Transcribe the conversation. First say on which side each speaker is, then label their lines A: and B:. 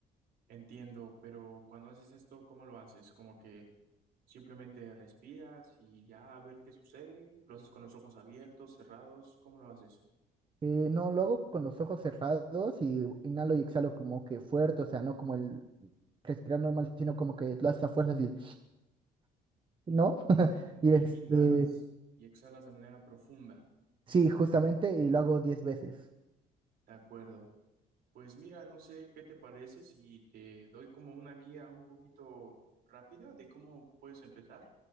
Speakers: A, on the right (about 70°); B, on the right (about 30°).
A: Entiendo, pero cuando haces esto, ¿cómo lo haces? Como que simplemente respiras y ya a ver qué sucede. ¿Lo haces con los ojos abiertos, cerrados? ¿Cómo lo haces?
B: Eh, no, lo hago con los ojos cerrados y inhalo y exhalo como que fuerte, o sea, no como el respirar normal, sino como que lo haces a fuerzas y... <sniffs> ¿No? <laughs>
A: Como
B: Y
A: que
B: este,
A: inhalas y exhalas de manera profunda.
B: sí, justamente, y lo hago 10 veces.
A: De acuerdo. Pues mira, no sé qué te parece si te doy como una guía un poquito rápida de cómo puedes empezar.